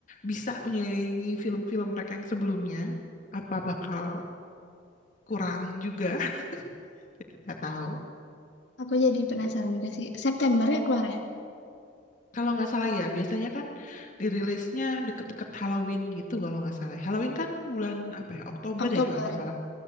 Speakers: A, on the left; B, on the left.
A: bisa menyaingi film-film mereka yang sebelumnya? Apa bakal kurang juga? <laughs> Kita nggak tahu.
B: Aku jadi penasaran juga sih. September ya keluar ya?
A: Kalau nggak salah ya, biasanya kan dirilisnya deket-deket Halloween gitu kalau nggak salah. Halloween kan bulan apa ya? Oktober
B: Oktober.
A: ya kalau nggak salah.